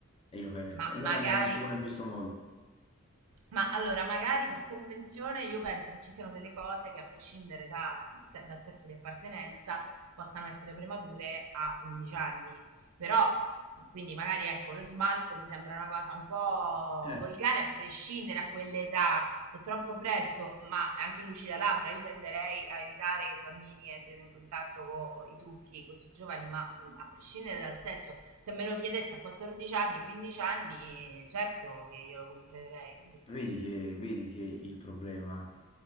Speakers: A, on the left (about 25°); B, on the right (about 85°).
A: e glielo fai mettere.
B: Ma
A: E
B: magari
A: lo fai andare a scuola in questo modo.
B: Ma allora, magari per convenzione io penso che ci siano delle cose che a prescindere da- se- dal sesso di appartenenza possano essere premature a 11 anni. Però, quindi magari ecco, lo smalto mi sembra una cosa un po'
A: Eh,
B: volgare a prescindere a quell'età è troppo presto, ma anche lucida labbra, io tenderei a evitare che i bambini entrino in contatto con i trucchi così giovani, ma mh, a prescindere dal sesso, se me lo chiedesse a 14 anni, 15 anni, eh, certo che io lo comprerei, che vuol
A: vedi
B: dire?
A: che, vedi che il problema